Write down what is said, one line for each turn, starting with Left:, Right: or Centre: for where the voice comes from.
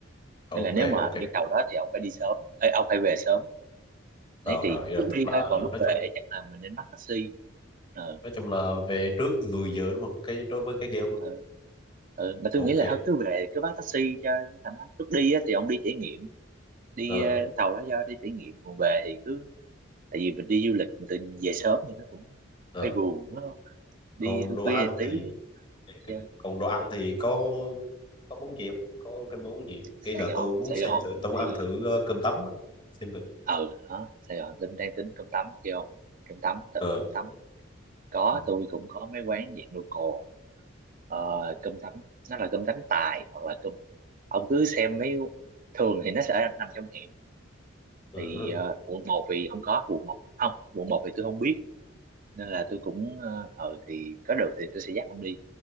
Left: ok
Right: nên là nếu mà
Left: ok
Right: đi tàu đó thì ông phải đi sớm Ê, ông phải về sớm
Left: rồi
Right: đấy thì
Left: rồi hiểu
Right: lúc
Left: rồi tức
Right: đi
Left: là
Right: thôi
Left: ờ,
Right: còn lúc
Left: nói
Right: về
Left: chung
Right: chắc là mình nên bắt taxi ờ
Left: nói chung là về trước 10 giờ đúng không cái đối với cái game đúng không
Right: ờ ừ. mà tôi
Left: ok
Right: nghĩ là thôi cứ về cứ bắt taxi cho nó thoải mái lúc đi á, thì ông đi trải nghiệm đi
Left: ờ
Right: ờ, tàu đó do đi trải nghiệm còn về thì cứ tại vì mình đi du lịch mình tự nhiên về sớm thì nó cũng
Left: ờ
Right: hơi buồn đúng không đi
Left: còn
Right: khuya
Left: đồ
Right: khuya
Left: ăn
Right: một tí
Left: thì ok.
Right: chơi
Left: còn đồ ăn thì có có món gì không có cái món gì
Right: Sài
Left: cái là
Right: Gòn
Left: tôi muốn
Right: Sài
Left: xem
Right: Gòn
Left: thử tôi muốn
Right: thì
Left: ăn thử ờ, cơm tấm á. xem thử
Right: ừ đó Sài Gòn tính đang tính cơm tấm kêu ông cơm tấm thử
Left: ờ
Right: cơm tấm có
Left: ừ.
Right: tôi cũng có mấy quán dạng local ờ,
Left: ừ,
Right: cơm tấm nó là cơm tấm tài hoặc là cơm ông cứ xem mấy thường thì nó sẽ nằm trong hẻm
Left: ừ,
Right: thì
Left: ừ.
Right: ờ, quận một thì không có quận một không quận một thì tôi không biết nên là
Left: ừ.
Right: tôi cũng ờ ờ, thì có được thì tôi sẽ dắt ông đi